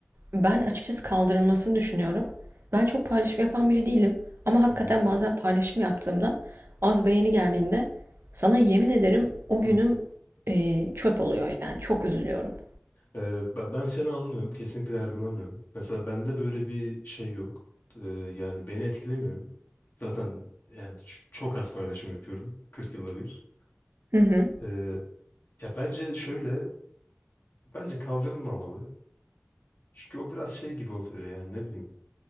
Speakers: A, on the right; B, on the left.
A: ben açıkçası kaldırılmasını düşünüyorum. Ben çok paylaşım yapan biri değilim. Ama hakikaten
B: Hı hı.
A: bazen paylaşım yaptığımda az beğeni geldiğinde sana yemin ederim o
B: Hı.
A: günüm e, çöp oluyor yani çok üzülüyorum.
B: Ee, ben, ben seni anlıyorum. Kesinlikle yargılamıyorum. Mesela bende böyle bir şey yok. Ee, yani beni etkilemiyor. Zaten yani ç- çok az paylaşım yapıyorum. 40 yılda bir.
A: Hı hı.
B: Ee, ya bence şöyle. Bence kaldırılmamalı. Çünkü o biraz şey gibi oluyor yani ne bileyim